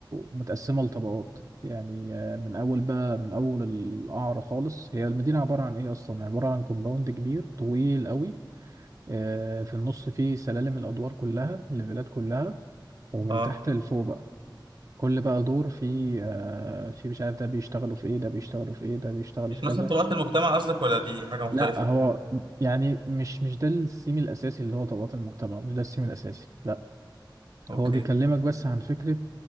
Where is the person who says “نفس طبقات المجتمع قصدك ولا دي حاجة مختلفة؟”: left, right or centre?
Right